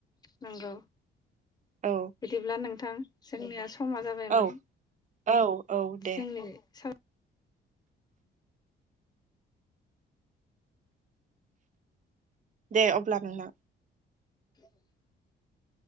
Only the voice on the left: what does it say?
नंगौ
बिदिब्ला नों थां जोंनिआ स समा जाबायमोन
जोंनि सा
<inaudible>